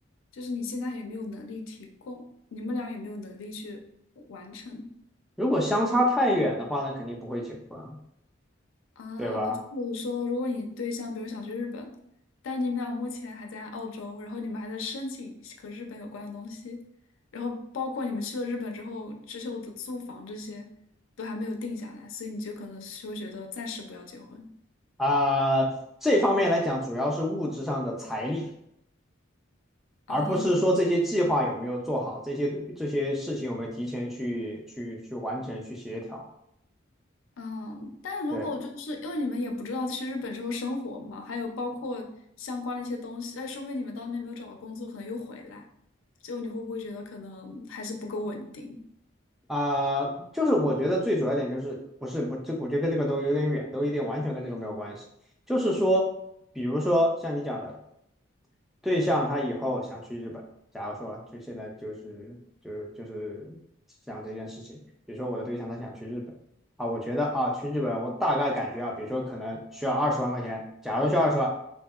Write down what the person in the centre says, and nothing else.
如果相差太远的话，那肯定不会结婚，
对吧？
啊、这方面来讲，主要是物质上的财力，而不是说这些计划有没有做好，
这些这些事情有没有提前去去去完成、去协调。
对，
啊、就是我觉得最主要一点就是不是不这我觉得跟这个都有点远，都有点完全跟这个没有关系。就是说，比如说像你讲的。对象他以后想去日本，假如说就现在就是就是就是想这件事情，比如说我的对象他想去日本啊，我觉得啊去日本我大概感觉啊，比如说可能需要二十万块钱，假如需要二十万，